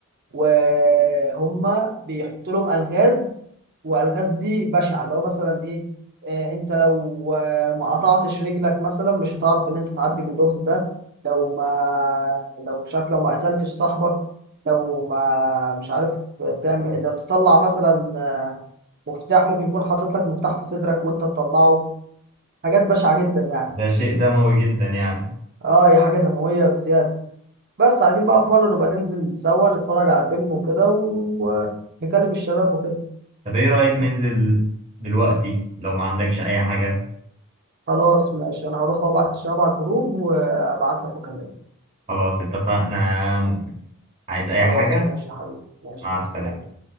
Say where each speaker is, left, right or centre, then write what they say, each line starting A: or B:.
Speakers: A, on the right (about 50°); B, on the right (about 30°).
A: وهم بيحطوا لهم الغاز والغاز دي بشعه اللي هو مثلا ايه آه، انت لو آه، ما قطعتش رجلك مثلا مش هتعرف ان انت تعدي من اللغز ده لو ما لو مش عارف لو ما قتلتش صاحبك لو ما مش عارف تعمل لو تطلع مثلا آه، مفتاح ممكن يكون حاطط لك مفتاح في صدرك وانت تطلعه حاجات بشعه جدا يعني
B: ده شيء دموي جدا يعني
A: اه هي حاجه دمويه بزياده بس عايزين بقى في مره نبقى ننزل سوا نتفرج على فيلم وكده و... آه، نكلم الشباب وكده
B: طب ايه رأيك ننزل دلوقتي لو ما عندكش اي حاجة
A: خلاص ماشي انا هروح وابعت الشباب على الجروب وابعت لك واكلمك
B: خلاص اتفقنا يا مؤمن عايز اي
A: خلاص
B: حاجة
A: ماشي يا حبيبي ماشي
B: مع
A: مع
B: السلامة
A: السلامة